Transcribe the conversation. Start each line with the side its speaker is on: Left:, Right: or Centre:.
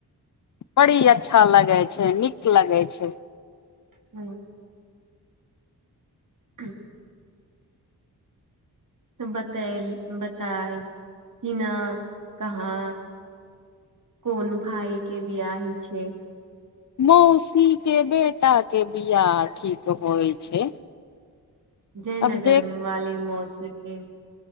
Left: बड़ी अच्छा लगेय छै नीक लगेय छै।
Right: हू। ह। तऽ बतेल बताइ ह न कहाँ। कोन भाइ के बिआह हय छै।
Left: मौसी के बेटा के बिआ ठिक होइ छै।
Right: जयनगर
Left: अब देख
Right: वाली मौसीकी।